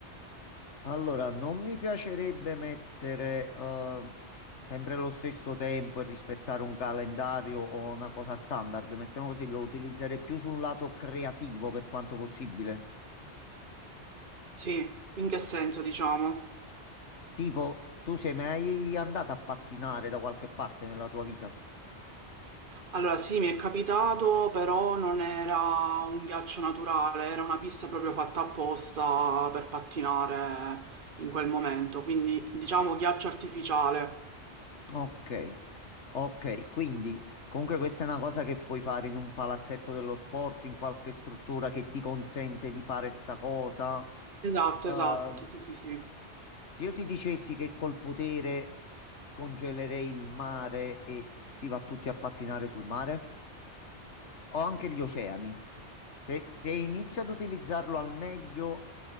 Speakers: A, on the left (about 80°); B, on the right (about 50°).
A: Allora, non mi piacerebbe mettere eh, sempre lo stesso tempo e rispettare un calendario o una cosa standard. Mettiamo così, lo utilizzerei più sul lato creativo per quanto possibile.
B: Sì, in che senso, diciamo?
A: Tipo, tu sei mai andato a pattinare da qualche parte nella tua vita?
B: Allora, sì, mi è capitato, però non era un ghiaccio naturale, era una pista proprio fatta apposta per pattinare in quel momento, quindi diciamo ghiaccio artificiale.
A: Ok. Ok, quindi comunque questa è una cosa che puoi fare in un palazzetto dello sport, in qualche struttura che ti consente di fare sta cosa.
B: Esatto,
A: Ehm,
B: esatto, sì, sì, sì.
A: Se io ti dicessi che col potere congelerei il mare e si va tutti a pattinare sul mare, o anche gli oceani, se, se inizio ad utilizzarlo al meglio,